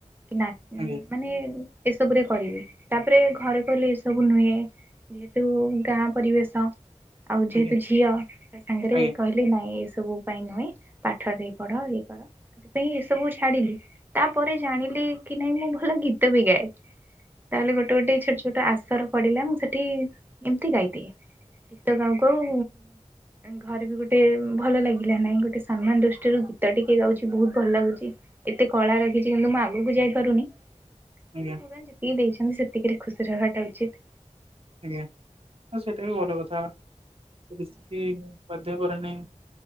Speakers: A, on the right (about 15°); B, on the right (about 50°).
A: କି ନା
B: ଆଜ୍ଞା
A: ମାନେ ଏସବୁ ରେ କରିବି ତାପରେ ଘରେ କହିଲେ ଏସବୁ ନୁହେଁ ଯେହେତୁ ଗାଁ ପରିବେଶ ଆଉ
B: ଆଜ୍ଞା
A: ଯେହେତୁ ଝିଅ ତା ସାଙ୍ଗରେ
B: ଆଜ୍ଞା
A: କହିଲେ ନାଇଁ ଏ ସବୁ ପାଇଁ ନୁହେଁ ପାଠ ଟିକେ ପଢ ଇଏ କର ସେଥିପାଇଁ ଏ ସବୁ ଛାଡିଲି। ତାପରେ ଜାଣିଲି କି ନାଇଁ ମୁଁ ଭଲ ଗୀତ ବି ଗାଏ ତାହେଲେ ଗୋଟେ ଗୋଟେ ଛୋଟ ଛୋଟ ତ ଆଶର ପଡିଲା ମୁଁ ସେଠି ଏମତି ଗାଇଦିଏ। ଗୀତ ଗାଉ ଗାଉ ଘରେ ବି ଗୋଟେ ଭଲ ଲାଗିଲା ନାଇଁ ଗୋଟେ ସମ୍ମାନ ଦୃଷ୍ଟିରୁ ଗୀତ ଟି କେ ଗାଉଚି ବୋହୁତ ଭଲ ଲାଗୁଚି। ଏତେ କଳା ରଖିଚି କିନ୍ତୁ ମୁଁ ଆଗକୁ ଯାଇପାରୁନି।
B: ଆଜ୍ଞା
A: ଭଗବାନ ଯେତିକି ଦେଇଚନ୍ତି ସେତିକିରେ ଖୁସି ରହିବାଟା ଉଚିତ୍।
B: ଆଜ୍ଞା ସେଇଟା ବି ଭଲ କଥା ପରିସ୍ଥିତି ଧ୍ୟ କରେନି